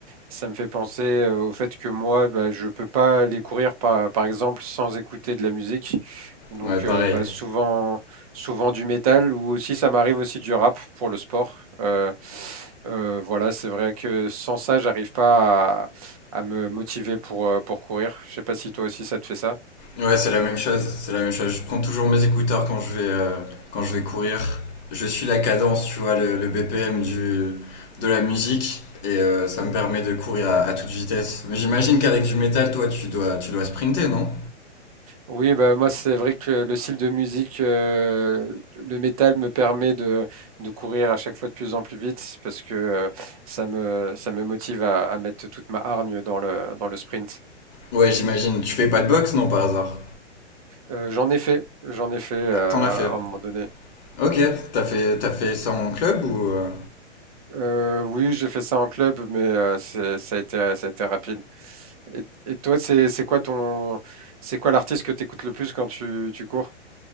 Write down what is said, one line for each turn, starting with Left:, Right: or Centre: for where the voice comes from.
Right: Ça me fait penser euh, au fait que moi, bah, je peux pas aller courir par, par exemple sans écouter de la musique. Donc
Left: Ouais, pareil.
Right: euh, bah, souvent, souvent du métal ou aussi ça m'arrive aussi du rap pour le sport. Euh, euh, voilà, c'est vrai que sans ça, j'arrive pas à, à me motiver pour, euh, pour courir. Je sais pas si toi aussi ça te fait ça.
Left: Ouais, c'est la même chose. C'est la même chose. Je prends toujours mes écouteurs quand je vais euh, quand je vais courir. Je suis la cadence, tu vois, le, le BPM du de la musique et euh, ça me permet de courir à, à toute vitesse. Mais j'imagine qu'avec du métal, toi, tu dois tu dois sprinter, non?
Right: Oui, bah, moi c'est vrai que le style de musique, euh, le métal me permet de, de courir à chaque fois de plus en plus vite parce que euh, ça me, ça me motive à, à mettre toute ma hargne dans le, dans le sprint.
Left: Ouais, j'imagine. Tu fais pas de boxe, non, par hasard?
Right: Euh, j'en ai fait, j'en ai fait euh,
Left: Ah, T'en as fait.
Right: à un moment donné.
Left: Ok, t'as fait, t'as fait ça en club ou... euh
Right: Euh, oui, j'ai fait ça en club, mais euh, c'est- ça a été, ça a été rapide. Et, et toi, c'est, c'est quoi ton, c'est quoi l'artiste que tu écoutes le plus quand tu, tu cours?